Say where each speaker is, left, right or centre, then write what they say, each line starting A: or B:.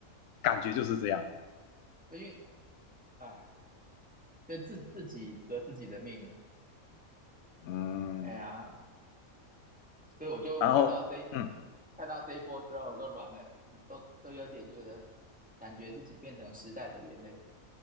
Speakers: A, on the left; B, in the centre.
A: 感觉就是这样。
B: 因为哎，就自自己革自己的命啊，
A: 嗯，
B: 哎呀，所以我就看到这一
A: 然后嗯，
B: 看到这一波之后，我都软了，都都有点觉得，感觉自己变成时代的眼泪。